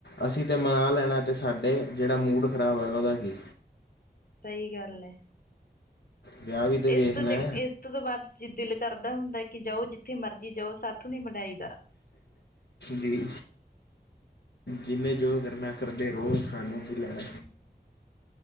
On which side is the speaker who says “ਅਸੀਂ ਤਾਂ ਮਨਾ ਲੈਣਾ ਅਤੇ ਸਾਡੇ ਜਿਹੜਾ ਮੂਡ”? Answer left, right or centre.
Left